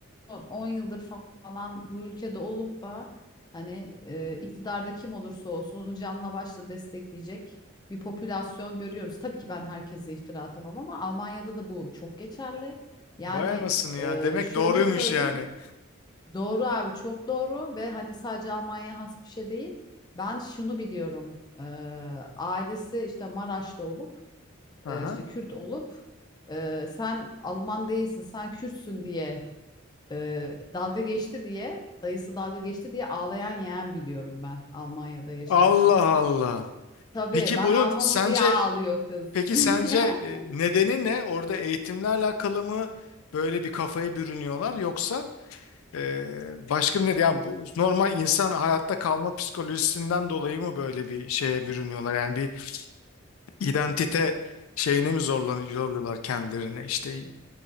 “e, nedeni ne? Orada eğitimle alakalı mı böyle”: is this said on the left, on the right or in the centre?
Left